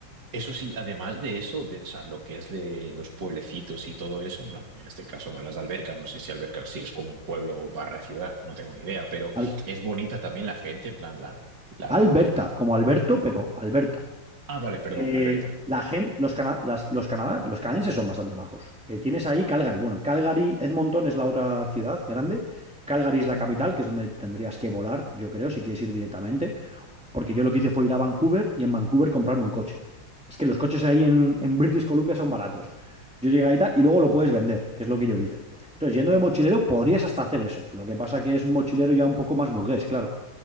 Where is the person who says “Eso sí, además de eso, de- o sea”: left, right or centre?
Right